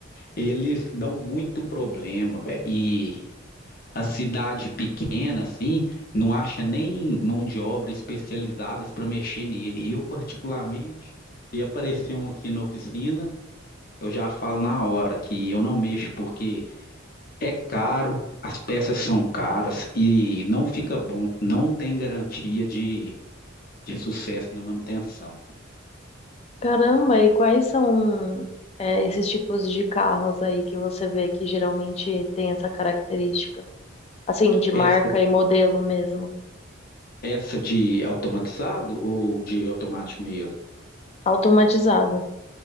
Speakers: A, on the left; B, on the left.
A: Eles dão muito problema, velho. E a cidade pequena, assim, não acha nem mão de obra especializadas para mexer nele. Eu, particularmente, se aparecer um aqui na oficina, eu já falo na hora que eu não mexo, porque é caro, as peças são caras e não fica bom, não tem garantia de, de sucesso na manutenção.
B: Caramba, e quais são é, esses tipos de carros aí que você vê que geralmente tem essa característica? Assim, de
A: Essa,
B: marca e modelo mesmo.
A: essa de automatizado ou de automático mesmo?
B: Automatizado.